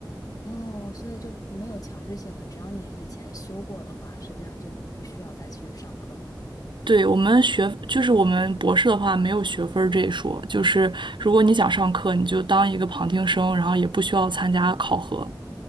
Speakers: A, on the left (about 50°); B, on the right (about 85°).
A: 哦，所以就没有强制性的，只要你以前修过的话，实际上就不需要再去上课了。
B: 对，我们学，就是我们博士的话没有学分儿这一说，就是如果你想上课，你就当一个旁听生，然后也不需要参加考核。